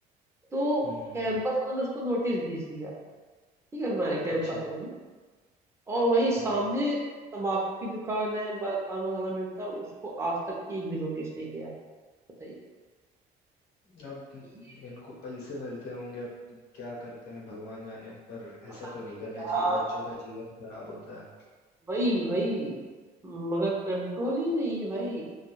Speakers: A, on the right; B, on the left.
A: तो
B: हम्म
A: कैंपस वालों ने उसको नोटिस भेज दिया ठीक है हमारे कैंपस
B: अच्छा
A: वालों ने और वहीं
B: हाँ
A: सामने तम्बाकू की दुकान है ब- पान मसाला मिलता है उसको आज तक एक भी नोटिस नहीं गया बताइए
B: अब
A: ये
B: इनको पैसे मिलते होंगे अब क्या करते हैं भगवान जाने पर
A: पता
B: ऐसा तो
A: नहीं
B: नहीं करना
A: क्या
B: चाहिए बच्चों का जीवन खराब होता है
A: वही वही मगर कंट्रोल ही नहीं है भाई